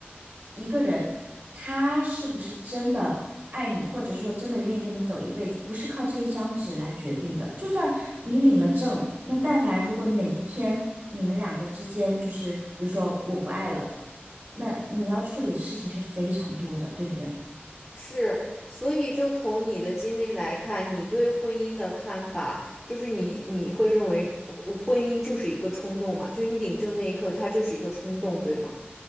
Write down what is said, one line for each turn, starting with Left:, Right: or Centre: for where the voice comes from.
Right: 一个人他是不是真的爱你，或者说真的愿意跟你走一辈子，不是靠这一张纸来决定的。就算你领了证，那但凡如果哪一天你们两个之间就是，比如说我不爱了，那你要处理的事情是非常多的，对不对？
Centre: 是，所以就从你的经历来看，你对婚姻的看法，就是你你会认为婚婚姻就是一个冲动嘛？就你领证那一刻，它就是一个冲动，对吗？